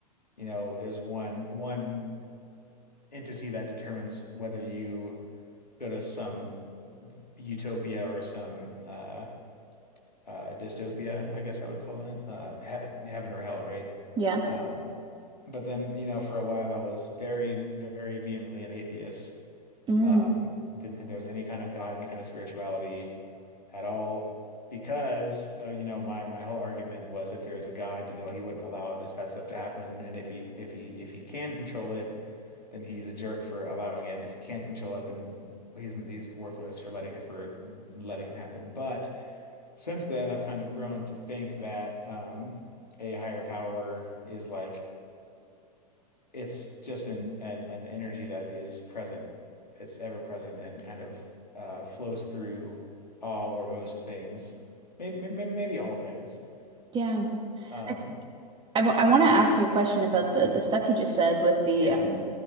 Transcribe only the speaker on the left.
you know, there's one one entity that determines whether you go to some utopia or some uh, uh, dystopia, I guess I would call it, uh, he heaven or hell, right?
Um, but then, you know, for a while I was very, very vehemently an atheist.
Um, didn't think there was any kind of God, any kind of spirituality at all, because uh, you know my my whole argument was if there's a God, you know, he wouldn't allow this bad stuff to happen, and if he if he if he can control it, then he's a jerk for allowing it. If he can't control it, then he's he's worthless for letting it for letting it happen. But since then, I've kind of grown to think that um, a higher power is like it's just an, an an energy that is present. It's ever present and kind of uh, flows through all or most things, maybe maybe maybe all things.
Um,
yeah,